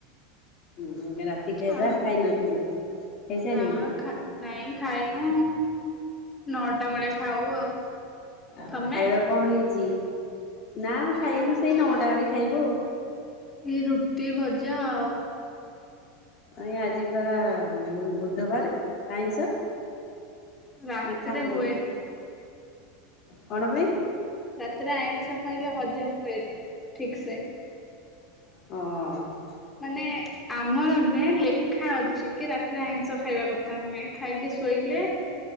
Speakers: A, on the left; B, on the left.
A: ହୁଁ। ରାତି ଖାଇବା
B: ଆଉ
A: ଖାଇ ନଥିଲେ। ଖାଇସାରିଲେଣି
B: ନା ଖାଇ ନାଇଁ ଖାଇନୁ। ନଅଟା ବେଳେ ଖାଉ ଆଉ।
A: ଆଉ
B: ତମେ?
A: ଖାଇବା କଣ ହେଇଛି। ନା ଖାଇନୁ ସେଇ ନଅଟା ବଳେ ଖାଇବୁ ଆଉ।
B: ଏଇ ରୁଟି ଭଜା ଆଉ।
A: ଆଞା ଆ ଯିବା ବୁଧବାର ଆଇଁଷ
B: ରାତ୍ରରେ
A: ନା ଖାଆନ୍ତିନି
B: ହଏନି
A: କଣ ପାଇଁାଇ
B: ରାାତରେ ଆଇଁଷ ଖାଇଲେ ହଜମ ହୁଏନି ମୁଁ ଠିକ ସେ
A: ହଁ।
B: ମାନେ ଆମର ନୁହେଁ ଲେଖା ଅଛି କି ରାତିରେ ଆଇଁଷ ଖାଇବା କଥା ନୁହେଁ ଖାଇକି ଶୋଇଲେ।